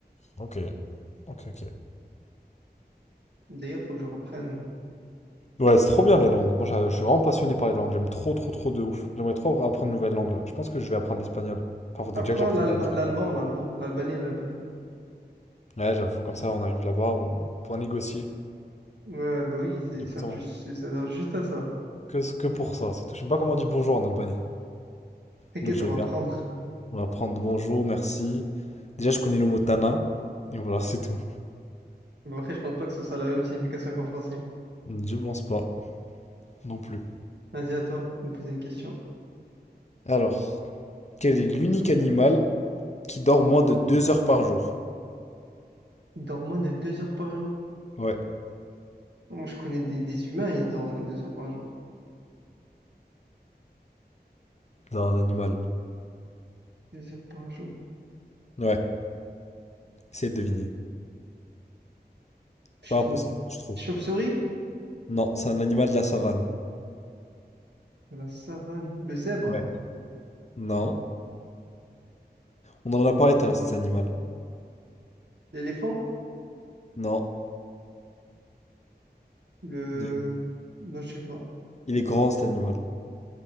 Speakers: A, on the left; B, on the right.
A: Ok, ok, ok.
B: D'ailleurs, faut que je reprenne.
A: Ouais, c'est trop bien les langues. Moi, je je suis vraiment passionné par les langues. J'aime trop, trop, trop de ouf. J'aimerais trop apprendre une nouvelle langue là. Je pense que je vais apprendre l'espagnol. Enfin, faudrait
B: Apprends
A: déjà que j'apprenne
B: l'alba-
A: à écrire.
B: l'alban,
A: hein.
B: l'alban, l'albanais, l'albanais.
A: Ouais, j'avoue, comme ça, on arrive là-bas, on pourra négocier.
B: Ouais, bah oui, c'est-
A: Exactement.
B: ça sert juste, ça sert juste à ça.
A: Que, que pour ça, c'est tout. Je sais même pas comment on dit bonjour en Albanie.
B: T'inquiète,
A: Faudrait que je
B: on
A: regarde.
B: va apprendre.
A: On va prendre bonjour, merci. Déjà, je connais le mot Tana. Et voilà, c'est tout.
B: Mais après, je pense pas que ce soit la même signification qu'en français.
A: Je pense pas non plus.
B: Vas-y, à toi, de me poser une question.
A: Alors, quel est l'unique animal qui dort moins de deux heures par jour?
B: il dort moins de deux heures par jour.
A: Ouais,
B: Moi, je connais des, des humains, ils dorment moins de deux heures par jour.
A: c'est un animal.
B: Deux heures par jour.
A: Ouais, essaye de deviner.
B: Justement.
A: Pas impossible que tu trouves.
B: Chauve-souris?
A: Non, c'est un animal de la savane.
B: La savane, le zèbre,
A: Ouais. Non. On en a parlé tout à l'heure, cet animal.
B: l'éléphant,
A: Non.
B: le...
A: De-
B: Non, je sais pas.
A: Il est grand, cet animal.